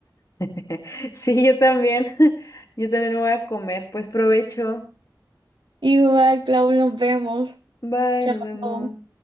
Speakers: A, on the left; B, on the right.
A: <laughs> Sí, yo también. <laughs> Yo también me voy a comer. Pues provecho.
B: Igual, Clau, nos vemos.
A: Bye,
B: Chao.
A: nos vemos.